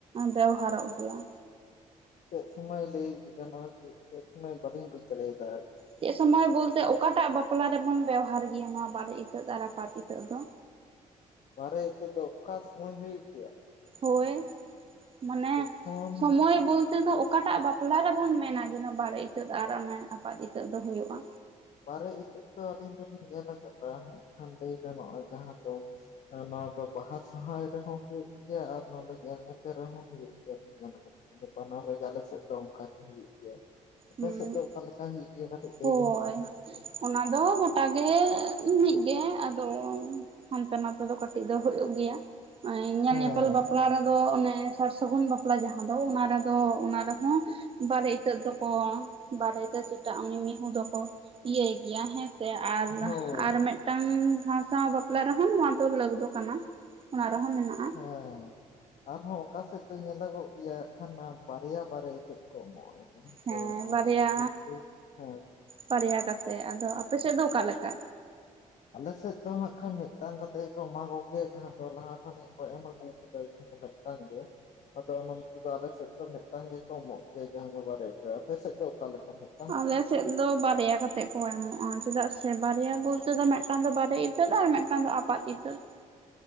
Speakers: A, on the right; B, on the left.
A: ᱵᱮᱣᱦᱟᱨᱚᱜ ᱜᱮᱭᱟ
B: ᱪᱮᱫ ᱥᱚᱢᱚᱭ ᱞᱟᱹᱭ ᱜᱟᱱᱚ-ᱟ ᱵᱟᱞᱤᱧ ᱵᱩᱡ ᱫᱟᱲᱮ ᱫᱟ
A: ᱪᱮᱫ ᱥᱚᱢᱚᱭ ᱵᱚᱞᱛᱮ ᱚᱠᱟᱴᱟᱜ ᱵᱟᱯᱞᱟ ᱨᱮᱵᱚᱱ ᱵᱮᱣᱦᱟᱨ ᱜᱮᱭᱟ ᱱᱚᱣᱟ ᱵᱟᱨᱮ ᱤᱛᱟᱹᱛ ᱟᱨ ᱟᱯᱟᱛ ᱤᱛᱟᱹᱛ ᱫᱚ?
B: ᱵᱟᱨᱮ ᱤᱛᱟᱹᱫ ᱫᱚ ᱚᱠᱟ ᱥᱚᱢᱟᱹᱭ ᱦᱩᱭᱩᱜ ᱜᱮᱭᱟ?
A: ᱦᱚᱭ ᱢᱟᱱᱮ
B: ᱡᱚᱠᱷᱚᱱ
A: ᱥᱚᱢᱚᱭ ᱵᱩᱞᱼᱼ ᱛᱮᱫᱚ ᱚᱠᱟ ᱴᱟᱜ ᱵᱟᱯᱞᱟ ᱨᱮᱵᱚᱱ ᱢᱮᱱᱟ ᱡᱮᱱᱚ ᱵᱟᱨᱮ ᱤᱛᱟᱹᱫ ᱟᱨ ᱚᱱᱮ ᱟᱯᱟᱫ ᱤᱛᱟᱹᱫ ᱫᱚ ᱦᱩᱭᱩᱜ-ᱟ?
B: ᱵᱟᱨᱮ ᱤᱛᱟᱹᱫ ᱫᱚ ᱟᱹᱞᱤᱧ ᱫᱚᱞᱤᱧ ᱧᱮᱞ ᱟᱠᱟᱫᱟ ᱢᱮᱱ ᱠᱷᱟᱱ ᱞᱟᱹᱭ ᱜᱟᱱᱚᱜ-ᱟ ᱡᱟᱦᱟᱸ ᱫᱚᱼᱼ ᱟᱻ ᱱᱚᱣᱟ ᱫᱚ ᱵᱟᱦᱟ ᱥᱟᱦᱟᱸᱭ ᱨᱮᱦᱚᱸ ᱦᱩᱭᱩᱜ ᱜᱮᱭᱟ, ᱟᱨ ᱱᱚᱣᱟ ᱫᱚ ᱧᱮᱞ ᱧᱮᱯᱮᱞ ᱨᱮᱦᱚᱸ ᱦᱩᱭᱩᱜ ᱜᱮᱭᱟ ᱾ ᱤᱧ ᱧᱮᱞ ᱟᱠᱟᱫᱟ ᱤᱧ‌ ᱫᱚ ᱵᱟᱱᱟᱨ ᱨᱮᱜᱮ ᱟᱞᱮ ᱥᱮᱜ ᱫᱚ ᱚᱱᱠᱟ ᱜᱮ ᱦᱩᱭᱩᱜᱼᱼ ᱭᱩᱜ-ᱟ ᱟᱯᱮ
A: ᱦᱩᱸ
B: ᱥᱮᱜ ᱫᱚ ᱚᱠᱟ ᱞᱮᱠᱟ ᱦᱩᱭᱩᱜ ᱜᱮᱭᱟ ᱠᱟᱹᱴᱤᱡ ᱞᱟᱹᱭ
A: ᱦᱳᱭ
B: ᱵᱤᱱ ᱥᱮ ᱢᱟ?
A: ᱚᱱᱟ ᱫᱚ ᱜᱚᱴᱟ ᱜᱮ ᱢᱤᱜ ᱜᱮ ᱟᱫᱚᱸᱻᱼᱼ ᱦᱟᱱᱛᱮ ᱱᱟᱛᱮ ᱫᱚ ᱠᱟᱹᱴᱤᱡ ᱫᱚ ᱦᱚᱭᱚᱜ ᱜᱮᱭᱟ ᱚᱸᱻ ᱧᱮᱞ
B: ᱦᱮᱸ
A: ᱧᱮᱯᱮᱞ ᱵᱟᱯᱼᱼ ᱵᱟᱯᱞᱟ ᱨᱮᱫᱚ ᱚᱱᱮ ᱥᱟᱨ ᱥᱟᱹᱜᱩᱱ ᱵᱟᱯᱞᱟ ᱡᱟᱦᱟᱸ ᱫᱚ ᱚᱱᱟ ᱨᱮᱫᱚ ᱚᱱᱟ ᱨᱮᱦᱚᱸ ᱵᱟᱨᱮ ᱤᱛᱟᱹᱫ ᱫᱚᱼᱼ ᱠᱚᱸ ᱵᱟᱨᱮ ᱤᱛᱟᱹᱫ ᱪᱮᱴᱟ ᱩᱱᱤ ᱢᱤᱭᱦᱩᱸ ᱫᱚᱠᱚ ᱤᱭᱟᱹ ᱭᱮ ᱜᱮᱭᱟ ᱦᱮᱸᱼᱼ ᱥᱮ ᱟᱨ ᱦᱟᱸ
B: ᱦᱳᱭ
A: ᱟᱨ ᱢᱤᱫᱼᱼ ᱴᱟᱱ ᱵᱟᱦᱟ ᱥᱟᱶ ᱵᱟᱯᱞᱟ ᱨᱮᱦᱚᱸ ᱱᱚᱣᱟ ᱫᱚ ᱞᱟᱹᱠ ᱫᱚ ᱠᱟᱱᱟ ᱚᱱᱟ ᱨᱮᱦᱚᱸ ᱢᱮᱱᱟᱜ ᱾
B: ᱦᱮᱸ ᱟᱨ ᱦᱚᱸ ᱚᱠᱟ ᱥᱮᱡᱼᱼ ᱛᱚ ᱧᱮᱞᱚᱜᱚᱜ ᱜᱮᱭᱟ ᱠᱷᱟᱱ ᱱᱟ ᱵᱟᱨᱭᱟ ᱵᱟᱨᱮ ᱤᱛᱟᱹᱫ ᱠᱚ ᱮᱢᱚᱜ-ᱟ ᱾ ᱟᱨ ᱡᱟᱦᱟᱸ
A: ᱦᱮᱸ
B: ᱫᱚ
A: ᱵᱟᱨᱭᱟ
B: <inaudible> ᱦᱮᱸ᱾
A: ᱵᱟᱨᱭᱟ ᱠᱟᱛᱮᱜ ᱾ ᱟᱫᱚ ᱟᱯᱮ ᱥᱮᱜ ᱫᱚ ᱚᱠᱟ ᱞᱮᱠᱟ?
B: ᱟᱞᱮ ᱥᱮ ᱫᱚ ᱦᱟᱸᱜ ᱠᱷᱟᱱ ᱢᱤᱫᱴᱟᱝ ᱠᱟᱛᱮᱜ ᱜᱮᱠᱚ ᱮᱢᱟ ᱠᱚ ᱜᱮᱭᱟ ᱡᱟᱦᱟᱸ ᱫᱚ ᱞᱟᱦᱟ ᱠᱷᱚᱱᱮᱼᱼ ᱠᱚ ᱮᱢ ᱟᱹᱜᱩᱣ ᱠᱟᱫᱟ ᱡᱟᱦᱟᱸ ᱫᱚ ᱢᱤᱜᱴᱟᱝ ᱜᱮ ᱾ ᱟᱫᱚ ᱱᱚᱱᱛᱮ ᱫᱚ ᱟᱞᱮ ᱥᱮᱜ ᱫᱚ ᱢᱮᱜᱴᱟᱝ ᱜᱮᱠᱚ ᱮᱢᱚᱜ ᱜᱮᱭᱟ ᱡᱟᱦᱟᱸ ᱫᱚ ᱵᱟᱨᱮ ᱤᱛᱟᱹᱫ ᱾ ᱟᱨ ᱟᱯᱮ ᱥᱮᱜ ᱫᱚ ᱚᱠᱟ ᱞᱮᱠᱟ ᱧᱚᱜ?
A: ᱟᱞᱮ ᱥᱮᱜᱼᱼ ᱫᱚ ᱵᱟᱨᱭᱟ ᱠᱟᱛᱮᱜ ᱠᱚ ᱮᱢᱚᱜ-ᱟ ᱪᱮᱫᱟᱜ ᱥᱮ ᱵᱟᱨᱭᱟ ᱵᱚᱞᱛᱮ ᱫᱚ ᱢᱮᱜᱴᱟᱝ ᱫᱚ ᱵᱟᱨᱮ ᱤᱛᱟᱹᱫ ᱟᱨ ᱢᱮᱜᱴᱟᱝ ᱫᱚ ᱟᱯᱟᱛ ᱤᱛᱟᱹᱫ ᱾ <inaudible>